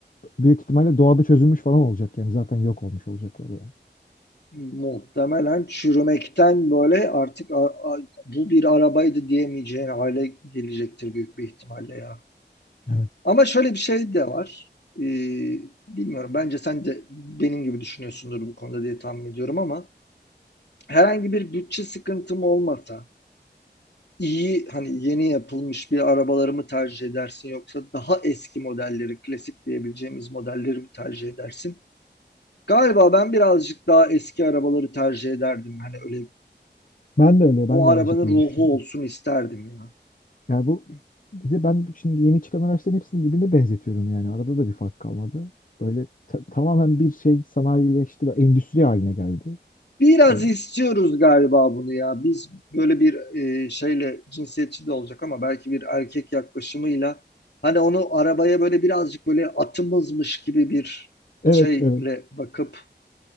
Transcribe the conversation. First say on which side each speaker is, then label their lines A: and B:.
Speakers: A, on the left (about 50°); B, on the left (about 65°).
A: büyük ihtimalle doğada çözülmüş falan olacak yani. Zaten yok olmuş olacaklar yani.
B: Muhtemelen çürümekten böyle artık a- a- bu bir arabaydı diyemeyeceğin hale gelecektir büyük bir ihtimalle ya.
A: Evet.
B: Ama şöyle bir şey de var. Ee, bilmiyorum bence sen de benim gibi düşünüyorsundur bu konuda diye tahmin ediyorum ama herhangi bir bütçe sıkıntım olmasa iyi hani yeni yapılmış bir arabaları mı tercih edersin yoksa daha eski modelleri klasik diyebileceğimiz modelleri mi tercih edersin? Galiba ben birazcık daha eski arabaları tercih ederdim. Hani öyle
A: Ben de öyle, ben
B: o
A: de
B: arabanın
A: aynı şekilde
B: ruhu
A: düşünüyorum.
B: olsun isterdim ya.
A: Yani bu bir de ben şimdi yeni çıkan araçların hepsini birbirine benzetiyorum yani. Arada da bir fark kalmadı. Böyle ta- tamamen bir şey sanayileşti ve endüstri haline geldi.
B: Biraz
A: E,
B: istiyoruz galiba bunu ya. Biz böyle bir e, şeyle cinsiyetçi de olacak ama belki bir erkek yaklaşımıyla hani onu arabaya böyle birazcık böyle atımızmış gibi bir
A: Evet,
B: şeyle
A: evet.
B: bakıp